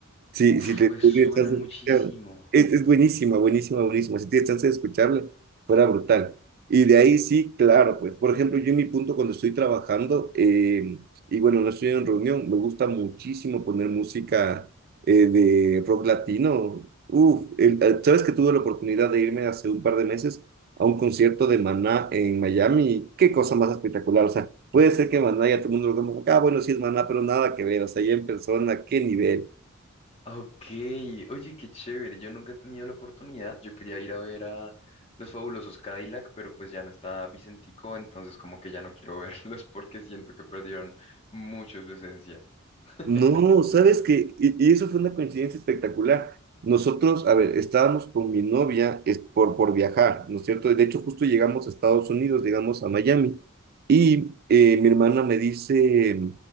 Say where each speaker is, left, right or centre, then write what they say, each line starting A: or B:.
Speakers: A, on the right (about 45°); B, on the left (about 30°).
A: Sí,
B: Uf,
A: si te
B: me
A: si
B: suena
A: tienes chance
B: muchísimo.
A: de escucharla. Es, es buenísima, buenísima, buenísima. Si tienes chance de escucharla, fuera brutal. Y de ahí sí, claro, pues, por ejemplo, yo en mi punto cuando estoy trabajando, eh, y bueno, no estoy en reunión, me gusta muchísimo poner música eh, de rock latino. Uf, el- eh, sabes que tuve la oportunidad de irme hace un par de meses a un concierto de Maná en Miami. Qué cosa más espectacular. O sea, puede ser que Maná ya todo el mundo lo como, ah, bueno, sí es Maná, pero nada que ver. O sea, ya en persona, qué nivel.
B: Ok, oye, qué chévere, yo nunca he tenido la oportunidad, yo quería ir a ver a Los Fabulosos Cadillac, pero pues ya no está Vicentico, entonces como que ya no quiero <laughs> verlos porque siento que perdieron mucho su esencia. <laughs>
A: No, sabes que, y, y eso fue una coincidencia espectacular. Nosotros, a ver, estábamos con mi novia es por, por viajar, ¿no es cierto? De hecho, justo llegamos a Estados Unidos, llegamos a Miami, y eh, mi hermana me dice,